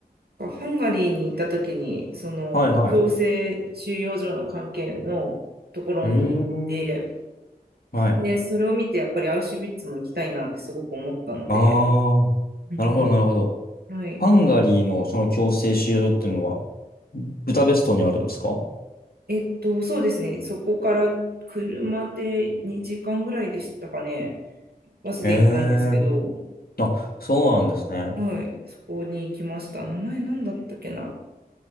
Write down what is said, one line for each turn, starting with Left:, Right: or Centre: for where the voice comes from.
Right: ハンガリーに行った時に、その強制収容所の関係のところに行って、
Left: はいはい。うーん。はい。
Right: で、それを見てやっぱりアウシュビッツも行きたいなってすごく思ったので、
Left: ああ。
Right: うん、
Left: なるほど、なるほど。
Right: はい。
Left: ハンガリーのその強制収容所っていうのは、ブダペストにあるんですか
Right: えっと、そうですね、そこから車で2時間ぐらいでしたかね、バスで行ったんですけど、
Left: ええー。あ、そうなんですね。
Right: はい、そこに行きました。名前なんだったっけな、